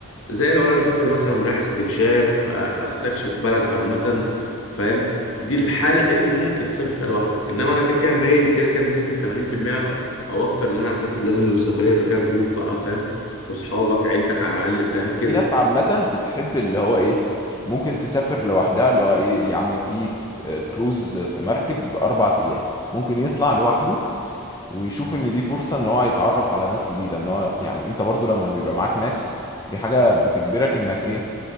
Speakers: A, on the left; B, on the left.
A: زي لو انا مسافر مثلا رايح استكشاف آه، استكشف بلد عامة فاهم دي
B: مم.
A: الحالة اللي ممكن تسافر فيها لوحدك انما انا كده كده مايل كده كده بنسبة 80% او اكتر ان انا اسافر لازم السفرية يبقى فيها جروب بقى فاهم واصحابك عيلتك على الاقل فاهم كده
B: في ناس عامة بتحب اللي هو إيه ممكن تسافر لوحدها اللي هو إيه يا عم في ك- كروز في مركب أربع أيام ممكن يطلع لوحده ويشوف إن دي فرصة إن هو يتعرف على ناس جديدة إن هو يعني أنت برضو لما بيبقى معاك ناس دي حاجة بتجبرك إنك إيه